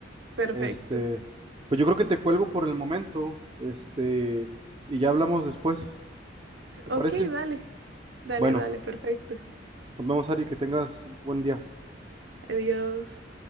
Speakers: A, on the right; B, on the right.
A: perfecto.
B: Este, pues yo creo que te cuelgo por el momento, este, y ya hablamos después. ¿Te
A: Ok,
B: parece?
A: dale, dale,
B: Bueno,
A: dale, perfecto.
B: nos vemos, Ari, que tengas buen día.
A: Adiós.